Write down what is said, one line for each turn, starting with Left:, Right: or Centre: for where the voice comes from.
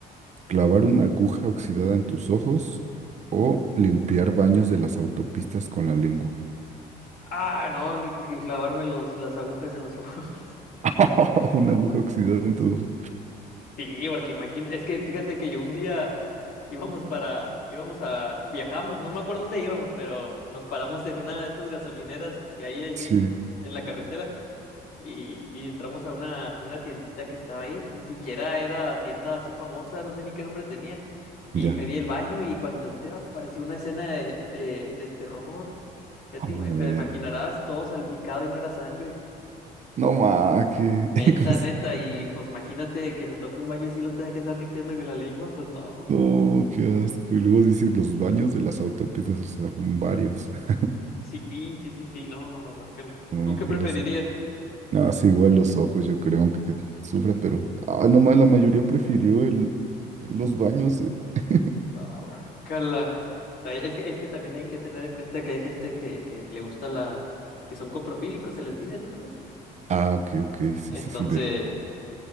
Right: ¿Clavar una aguja oxidada en tus ojos o limpiar baños de las autopistas con la lengua?
Left: Ah, no, li- que clavarme los, las agujas en los ojos. <laughs>
Right: <laughs> Una aguja oxidada en tu...
Left: Sí, porque imagino, es que fíjate que yo un día íbamos para, íbamos a, viajamos, no me acuerdo dónde íbamos, pero nos paramos en una de estas gasolineras que hay así
Right: Sí,
Left: en en la carretera. y, y entramos a una, una tiendita que estaba ahí, ni siquiera era tienda así famosa, no sé ni qué nombre tenía, y
Right: ya.
Left: pedí el baño y cuando entré pues, parecía una escena de, de, de terror, ya
Right: A
Left: te,
Right: la
Left: im-
Right: vez.
Left: te imaginarás todo salpicado y no era sangre,
Right: No, ma, que...
Left: neta,
Right: <laughs> ¿cómo se-
Left: neta, y pues imagínate que me toque un baño así y lo tenga que andar limpiando con la lengua, pues no,
Right: No, qué asco. Y luego dices los baños de las autopistas, o sea, son varios. <laughs>
Left: sí, y- sí, sí, sí, no, no, no, guácala.
Right: A lo
Left: ¿Tú
Right: mejor
Left: qué preferirías?
Right: los ojos. No, sí, igual los ojos, yo creo, aunque sufra, pero... Ah, no, ma, la mayoría prefirió el... los baños. eh. <laughs>
Left: Ah, guácala. Es que, es que también hay que tener en cuenta que hay gente que, que le gusta la... que son coprofílicos, se les dice, ¿no creo?
Right: Ah, ok, ok, sí,
Left: Entonces,
Right: sí, sí, del...